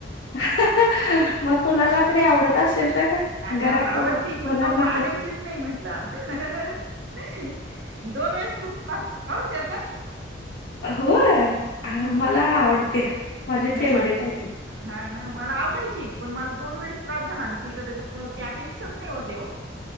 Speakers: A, on the left; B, on the right.
A: हं हं हं.... मग कुणाला तरी आवडत असेल तर
B: या घरात
A: कोणाला
B: आवडती, पण
A: मुलांना
B: नको आणायचीच
A: ते
B: नाही म्हटलं... हं हं हं हं.... दोन वेळेस <unintelligible> हो त्याचा
A: होय
B: हम्म
A: मला आवडते माझी
B: नाही
A: फेवरेट
B: म
A: आहे ती
B: हा मला आवडायची पण मला दोन वेस त्रास झाला तिथं आता इच्छाच नाही होतं